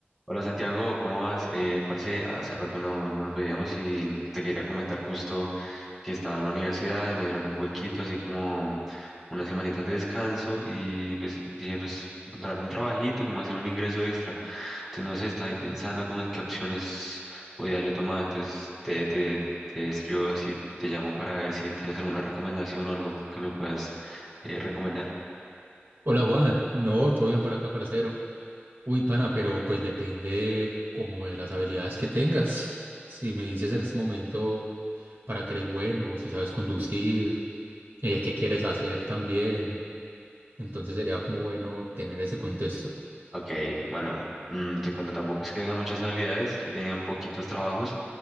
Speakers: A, in the centre; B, on the right (about 70°).
A: Hola Santiago, ¿cómo vas? Eh, parce, hace rato no nos veíamos y te quería comentar justo que estaba en la universidad y me dieron un huequito, así como unas semanitas de descanso y pues dije, pues encontrarme un trabajito, como hacer un ingreso extra. Entonces no sé, estaba ahí pensando como en qué opciones podía yo tomar, entonces te, te, te escribo así, te llamo para ver si tienes alguna recomendación o algo que me puedas eh, recomendar.
B: Hola Juan, no, todo bien por acá, parcero. Uy, pana, pero pues depende como de las habilidades que tengas. Si me dices en este momento para qué eres bueno, si sabes conducir, eh, qué quieres hacer también, entonces sería como bueno tener ese contexto.
A: Ok, bueno, mm, te cuento, tampoco es que tenga muchas habilidades, he tenido poquitos trabajos,